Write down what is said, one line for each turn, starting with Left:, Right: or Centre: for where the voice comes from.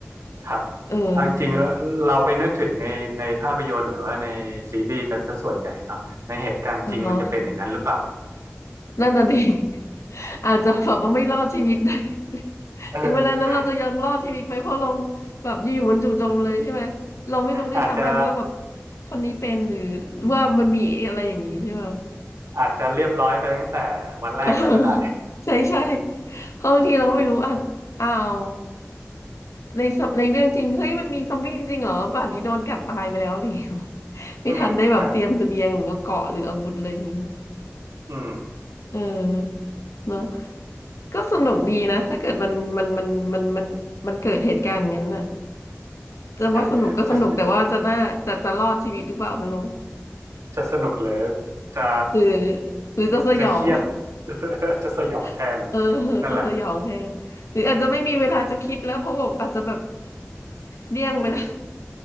Right: ครับ
Left: เออ
Right: เอาจริงๆแล้วเราไปนึกถึงในในภาพยนตร์หรือว่าในซีรีส์กันซะส่วนใหญ่เนาะในเหตุการณ์จริงมันจะเป็นอย่างนั้นหรือเปล่า
Left: อ่าฮะนั่นน่ะดิ <laughs> อาจจะแบบว่าไม่รอดชีวิตได้
Right: <laughs>
Left: <laughs>
Right: เอ
Left: ถึงเวลานั้นเราจะยังรอดชีวิตไหมเพราะเรา
Right: อ
Left: แบบอยู่ๆมันจู่โจมเลยใช่ไหมเราไม่รู้ด้วยซ้ำไปว่าแบบ
Right: อาจจะ
Left: คนนี้เป็นหรือว่ามันมีอะไรอย่างนี้ใช่ไหม
Right: อาจจะเรียบร้อยไปตั้งแต่วันแรกแล้วก็ได้
Left: เออ <laughs> ใช่ใช่เพราะบางทีเราก็ไม่รู้อ่ะอ้าว ในสในเรื่องจริงเฮ้ยมันมีซอมบี้จริงๆเหรอป่านนี้โดนกัดตายไปแล้วเลย <laughs>
Right: <laughs>
Left: ไม่ทันได้แบบเตรียมเสบียงหรือว่าเกราะหรืออาวุธอะไรอย่างเงี้ย
Right: อืมใช่อืม
Left: เออเนาะก็สนุกดีนะถ้าเกิดมันมันมันมันมันมันเกิดเหตุการณ์อย่างนั้นน่ะจะว่าสนุกก็สนุกแต่ว่าจะน่าจะจะรอดชีวิตหรือเปล่าไม่รู้
Right: <laughs> จะจะสนุกหรือจะ
Left: หรือหรือจะสยอง
Right: จะเครียด <laughs> จะสยองแทน
Left: <laughs> เออ
Right: นั่นแหละ
Left: จะสยองแทนหรืออาจจะไม่มีเวลาจะคิดแล้วเพราะว่าอาจจะแบบเดี้ยงไปแล้ว